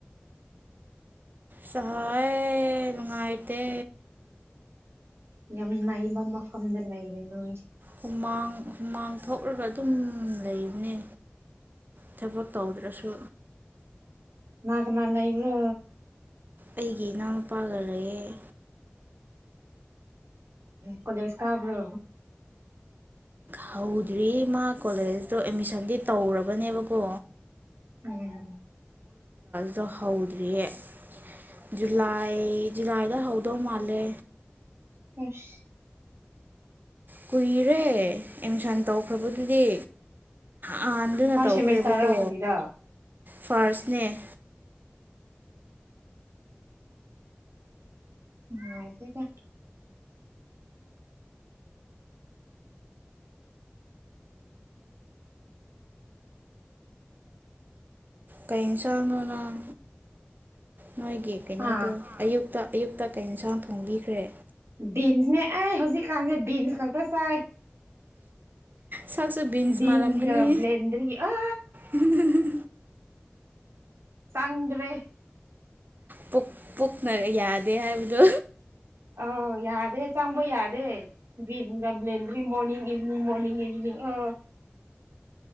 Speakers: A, on the right (about 45°); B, on the right (about 80°).
A: ꯁꯍꯥꯏ ꯅꯨꯡꯉꯥꯏꯇ
B: ꯌꯥꯝ ꯅꯩꯕ ꯃꯐꯝꯗ ꯂꯩꯔꯦ ꯅꯣ
A: ꯍꯨꯃꯥꯡ ꯍꯨꯃꯥꯡ ꯊꯣꯛꯂꯒ ꯑꯗꯨꯝ ꯂꯩꯕꯅꯦ ꯊꯕꯛ ꯇꯧꯗ꯭ꯔꯁꯨ
B: ꯂꯀꯅꯥꯂ ꯏꯕ꯭ꯔꯣ
A: ꯑꯩꯒꯤ ꯏꯅꯥꯎꯅꯄꯥꯒ ꯂꯩ
B: ꯀꯣꯂꯦꯖ ꯀꯥꯕ꯭ꯔꯣ
A: ꯍꯧꯗ꯭ꯔꯤ ꯃꯥ ꯀꯣꯂꯦꯖꯇꯣ ꯑꯦꯠꯃꯤꯁꯟꯗꯤ ꯇꯧꯔꯕꯅꯦꯕꯀꯣ
B: ꯎꯝꯝ
A: ꯗ ꯍꯧꯗ꯭ꯔꯤꯌꯦꯦ ꯖꯨꯂꯥꯏ ꯖꯨꯂꯥꯏꯗ ꯍꯧꯗꯧ ꯃꯥꯜꯂꯦ
B: ꯈꯁ
A: ꯀꯨꯏꯔꯦ ꯑꯦꯠꯃꯤꯁꯟ ꯇꯧꯈ꯭ꯔꯕꯗꯨꯗꯤ ꯍꯥꯟꯗꯨꯅ
B: ꯐꯔꯁꯦ
A: ꯇꯧꯈ꯭ꯔꯦꯕꯀꯣ
B: ꯃꯁꯇꯔꯀꯔꯤꯔ
A: ꯐꯥꯔꯁꯅꯦ
B: ꯅꯨꯡꯉꯥꯢꯇꯦꯗ
A: ꯀꯩ ꯑꯦꯟꯁꯥꯡꯅꯣ ꯅꯪ ꯅꯣꯏꯒꯤ ꯀꯩꯅꯣꯗꯣ
B: ꯍꯥ
A: ꯑꯌꯨꯛ ꯑꯌꯨꯛꯇ ꯑꯌꯨꯛꯇ ꯀꯩ ꯑꯦꯟꯁꯥꯡ ꯊꯣꯡꯕꯤꯈ꯭ꯔꯦ
B: ꯕꯤꯟꯁꯅꯦ ꯑꯩ ꯍꯧꯖꯤꯛꯀꯥꯟꯁꯦ ꯕꯤꯟꯁ ꯈꯛꯇ ꯆꯥꯏ
A: ꯁꯛꯁꯨ ꯕꯤꯟꯁ
B: ꯕꯤꯟꯁꯒ
A: ꯃꯥꯟꯂꯝꯒꯅꯤ
B: ꯕ꯭ꯂꯦꯟꯗꯔꯤ ꯑ
A: ꯑꯍꯨ ꯍꯨ ꯍꯨ
B: ꯆꯪꯗ꯭ꯔꯦ
A: ꯄꯨꯛ ꯄꯨꯛꯅ ꯌꯥꯗꯦ ꯍꯥꯏꯕꯗꯣ
B: ꯑꯥ ꯌꯥꯗꯦ ꯆꯪꯕ ꯌꯥꯗꯦ ꯕꯤꯟꯅ ꯂꯦꯝꯗ꯭ꯔꯤꯡ ꯃꯣꯔꯅꯤꯡ ꯏꯚꯅꯤꯡ ꯃꯣꯔꯅꯤꯡ ꯏꯚꯅꯤꯡ ꯑ ꯑ